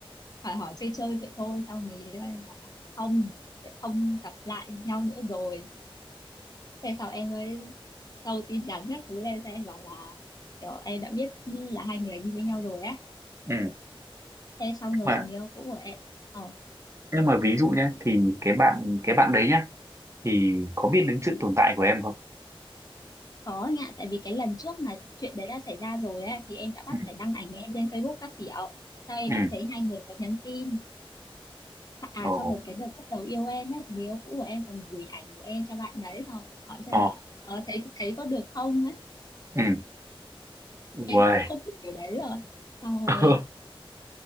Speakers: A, on the left; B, on the right.
A: hỏi hỏi chơi chơi vậy thôi xong người yêu em bảo là không không gặp lại nhau nữa rồi thế sau em mới đầu tin nhắn các thứ lên cho em bảo là kiểu em đã biết là hai người đi với nhau rồi á
B: ừ.
A: thế xong rồi
B: mà
A: người yêu cũ của em ờ
B: nhưng mà ví dụ nhé thì cái bạn cái bạn đấy nhá thì có biết đến sự tồn tại của em không
A: Có anh ạ, tại vì cái lần trước mà chuyện đấy đã xảy ra rồi á, thì em đã bắt
B: ừ
A: phải đăng ảnh em lên Facebook các kiểu. Sau em
B: ừ
A: cũng thấy hai người có nhắn tin. À,
B: ồ
A: sau rồi cái đợt bắt đầu yêu em ấy, người yêu cũ của em còn gửi ảnh của em cho bạn đấy, xong rồi hỏi xem
B: ồ
A: là ờ, thấy thấy có được không ấy.
B: ừ Uầy.
A: Em <laughs> không thích kiểu đấy rồi. Xong rồi
B: <laughs>